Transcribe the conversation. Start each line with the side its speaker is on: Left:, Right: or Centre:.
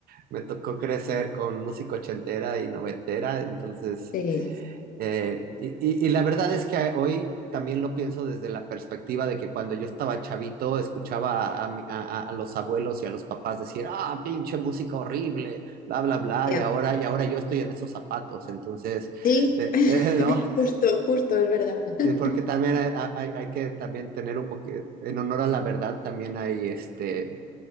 Right: me tocó crecer con música ochentera y noventera, entonces
Left: Sí,
Right: eh, y, y- y la verdad es que hoy también lo pienso desde la perspectiva de que cuando yo estaba chavito escuchaba a, mi- a- a- a los abuelos y a los papás decir, ah, pinche música horrible, bla, bla, bla,
Left: ya.
Right: y ahora, y ahora yo estoy en esos zapatos, entonces,
Left: Sí,
Right: eh,
Left: <laughs>
Right: <laughs> eh, ¿no?
Left: justo, justo, es verdad. <laughs>
Right: Eh, Porque también hay, hay- hay que también tener un poquito, en honor a la verdad, también hay este,